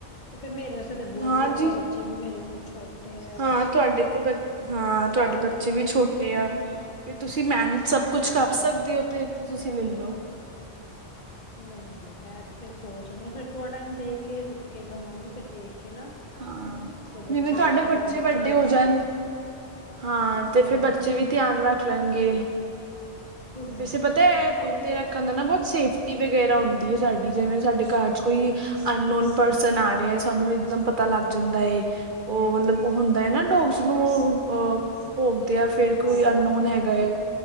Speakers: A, on the left; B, on the right.
A: ਤੇ ਫੇਿਰ ਮੇਰੇ ਕਦੇ ਬਹੁਤ
B: ਹਾਂਜੀ
A: ਹੀ ਔਖਾ ਬੱਚੇ ਵੀ ਮੇਰੇ ਫੇਿਰ ਛੋਟੇ ਹੈ
B: ਹਾਂ ਤੁਹਾਡੇ ਤੇ ਬ ਹਾਂ ਤੁਹਾਡੇ ਬੱਚੇ ਵੀ ਛੋਟੇ ਆ ਫਿਰ ਤੁਸੀਂ ਤੁਸੀਂ ਮੈਨਜ ਸਭ
A: ਇਸ
B: ਕੁਛ
A: ਕਰਕੇ
B: ਕਰ ਸਕਦੇ ਹੋ ਤੇ ਤੇ ਤੁਸੀਂ ਲੈਲੋ
A: ਨਹੀਂ ਨਹੀਂ ਮੈਂ ਤੇ ਫੇਿਰ ਸੋਚ ਰਹੀ ਆ ਫਿਰ ਥੋੜਾ ਟਾਈਮ ਦੇਖ ਕੇ ਰੁਕ ਕੇ ਲਵਾਂਗੀ ਫਿਰ ਦੇਖ ਕੇ ਨਾ
B: ਹਾਂ
A: ਕਿ ਬੱਚੇ
B: ਜਿਵੇਂ ਸਾਡੇ
A: ਥੋੜਾ
B: ਬੱਚੇ ਵੱਡੇ
A: ਵੀ
B: ਹੋ
A: ਮੈਂ
B: ਜਾਣ ਹਾਂ ਤੇ ਫਿਰ
A: ਹੂੰ
B: ਬੱਚੇ
A: ਹੂੰ
B: ਵੀ ਧਿਆਨ ਰੱਖ ਲੈਣਗੇ
A: ਹਾਂ
B: ਵੈੇ ਪਤਾ ਕੁੱਤੇ
A: ਉਹੀ ਹੈ
B: ਰੱਖਣ ਦੇ ਨਾ ਬਹੁਤ ਸੇਫ ਪਟੀ ਵਗੈਰਾ ਹੁੰਦੀ ਹੈ ਸਾਡੀ ਜਿਵੇਂ ਸਾਡੇ ਘਰ ਚ ਕੋਈ ਅਨਨੋਨ ਪਰਸਨ ਆ ਰਿਹਾ ਹੈ ਸਾਨੂੰ ਇੱਕਦਮ ਪਤਾ ਲੱਗ ਜਾਂਦਾ ਹੈ ਉਹ ਮਤਲਬ ਉਹ ਹੁੰਦਾ
A: ਹੂੰ
B: ਨਾ ਡੋਗਸ ਨੂੰ ਅ ਭੋਗਦੇ ਆ ਫੇਿਰ
A: ਹਾਂਜੀ
B: ਕੋਈ
A: ਹਾਂਜੀ
B: ਅਨਨੋਨ ਹੈਗਾ